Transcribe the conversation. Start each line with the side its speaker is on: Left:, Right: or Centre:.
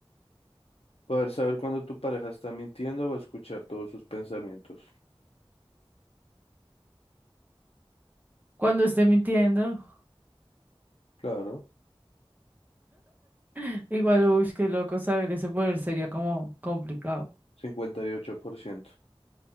Left: Poder saber cuando tu pareja está mintiendo o escuchar todos sus pensamientos.
Right: Cuando esté mintiendo,
Left: Claro,
Right: <laughs> igual, uy, qué loco saber ese poder, sería como complicado.
Left: cincuenta y ocho por ciento.